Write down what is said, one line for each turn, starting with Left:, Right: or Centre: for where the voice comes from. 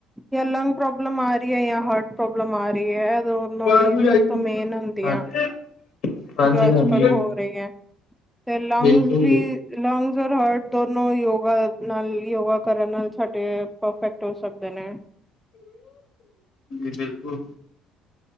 Centre: ਯਾ ਲੰਗਸ ਪ੍ਰੋਬਲਮ ਆ ਰਹੀ ਐ ਜਾਂ ਹਾਰਟ ਪ੍ਰੋਬਲਮ ਆ ਰਹੀ ਐ ਲੋਂ
Left: ਆਵਾਜ਼
Centre: ਹੀ
Left: ਬੂਜ
Centre: ਸਭ
Left: ਆਈ ਜੀ।
Centre: ਤੋਂ ਮੇਨ ਹੁੰਦੀਆ,
Left: ਹਾਂਜੀ ਹਾਂਜੀ
Centre: ਜੋ ਅੱਜ-ਕੱਲ
Left: ਹਾਂਜੀ
Centre: ਹੋ ਰਹੇ ਤੇ ਲੰਗਸ
Left: ਬਿਲਕੁਲ
Centre: ਵੀ
Left: ਜੀ।
Centre: ਲੰਗਸ ਔਰ ਹਾਰਟ ਦੋਨੋ ਯੋਗਾ ਨਾਲ ਯੋਗਾ ਕਰਨ ਨਾਲ ਸਾਡੇ ਪਰਫੈਕਟ ਹੋ ਸਕਦੇ ਨੇ।
Left: ਜੀ ਬਿਲਕੁਲ।